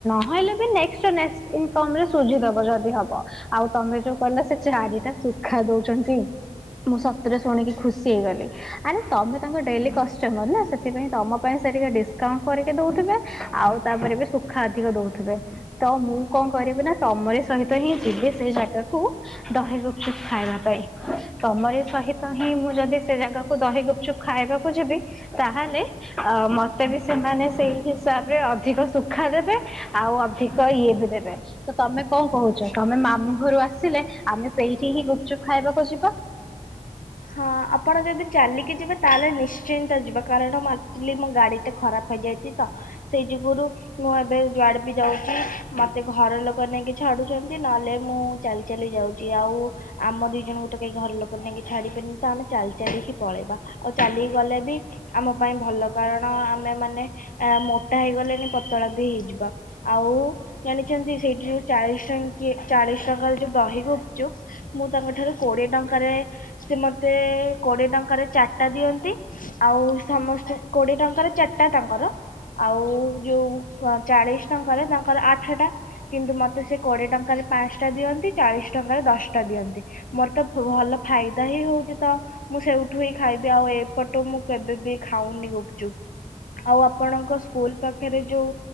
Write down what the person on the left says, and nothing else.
ହଁ ଆପଣ ଯଦି ଚାଲିକି ଯିବେ ତାହେଲେ ନିଶ୍ଚିନ୍ତ ଯିବ କାରଣ ଆକ୍ଚୁଲି ମୋ ଗାଡି ଟେ ଖରାପ ହେଇଯାଇଛି ତ ସେଇ ଯୁଗୁରୁ ମୁଁ ଏବେ ଯୁଆଡେ ବି ଯାଉଛି ମତେ ଘର ଲୋକ ନେଇକି ଛାଡୁଛନ୍ତି ନହେଲେ ମୁଁ ଚାଲି ଚାଲି ଯାଉଛି ଆଉ ଆମ ଦି ଜଣଙ୍କୁ ତ କେହି ଘର ଲୋକ ନେଇକି ଛାଡି ହ। ତ ଆମେ ଚାଲି ଚାଲିକି ପଳେଇବା ଆଉ ଚାଲି ଗଲେ ବି ଆମ ପାଇଁ ଭଲ କାରଣ ଆମେ ମାନେ ମୋଟା ହେଇଗଲେଣି ପତଳା ବି ହେଇଯିବ ଆଉ ଜାଣିଛନ୍ତି ସେଇଠି ଯୋଉ ଚାଳିଶ ଟ ଚାଳିଶ ଟଙ୍କାର ଯୋଉ ଦହିଗୁପ୍ ମୁଁ ତାଙ୍କ ଠାରୁ କୋଡିଏ ଟଙ୍କାରେ ସେ ମତେ କୋଡିଏ ଟଙ୍କାରେ ଚାରିଟା ଦିଅନ୍ତି ଆଉ ସମସ୍ତ କୋଡିଏ ଟଙ୍କାରେ ଚାରିଟା ତାଙ୍କର ଆଉ ଯୋଉ ଚାଳିଶ ଟଙ୍କାରେ ତାଙ୍କର ଆଠ ଟା କିନ୍ତୁ ମତେ ସେ କୋଡିଏ ଟଙ୍କାରେ ପାଞ୍ଚ ଟା ଦିଅନ୍ତି ଚାଳିଶ ଟଙ୍କାରେ ଦଶଟା ଦିଅନ୍ତି ମୋର ତ ଭଲ ଫାଇଦ ହିଁ ହଉଛି ତ ମୁଁ ସେଇଠୁ ହିଁ ଖାଇବି ଆଉ ଏପଟ ମୁଁ କେବେବି ଖାଉନି ଗୁପଚୁପ୍ ଆଉ ଆପଣଙ୍କ ସ୍କୁଲ ପାଖରେ ଯୋଉ